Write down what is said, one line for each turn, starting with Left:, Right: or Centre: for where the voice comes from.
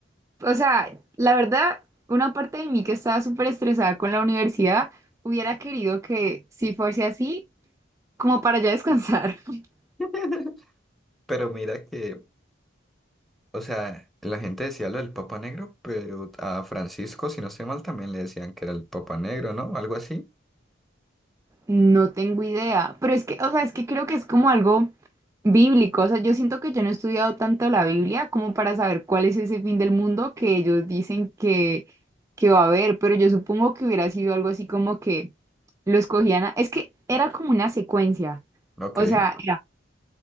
Right: O sea, la verdad, una parte de mí que estaba súper estresada con la universidad, hubiera querido que si fuese así, como para ya descansar. <laughs>
Centre: <laughs> Pero mira que, o sea, la gente decía lo del Papa Negro, pero a Francisco, si no estoy mal, también le decían que era el Papa Negro, ¿no? Algo así.
Right: No tengo idea, pero es que, o sea, es que creo que es como algo bíblico. O sea, yo siento que yo no he estudiado tanto la Biblia como para saber cuál es ese fin del mundo que ellos dicen que, que va a haber, pero yo supongo que hubiera sido algo así como que lo escogían. a- Es que era como una secuencia.
Centre: Ok.
Right: O sea, era